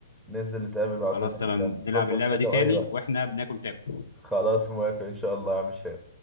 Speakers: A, in the centre; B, on the left.
A: ننزل نتقابل وأعزمك
B: خلاص تمام
A: يا عم
B: نلعب
A: ظبط
B: اللعبه
A: كده
B: دي تاني
A: واي وقت
B: واحنا بناكل تاكو
A: خلاص موافق ان شاء الله يا عم شيخ